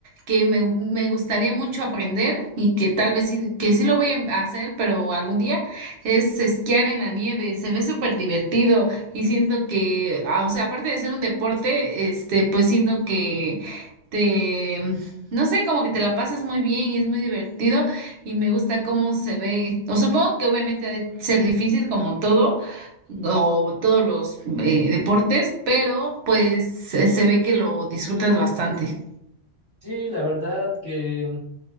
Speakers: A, on the right; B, on the left.
A: que me, me gustaría mucho aprender y que tal vez sí, que sí lo voy a hacer, pero algún día es esquiar en la nieve. Se ve súper divertido y siento que, ah, o sea, aparte de ser un deporte, este, pues siento que te, no sé, como que te la pasas muy bien y es muy divertido y me gusta cómo se ve. O supongo que obviamente ha de ser difícil como todo o todos los eh, deportes, pero pues eh, se ve que lo disfrutas bastante.
B: Sí, la verdad que,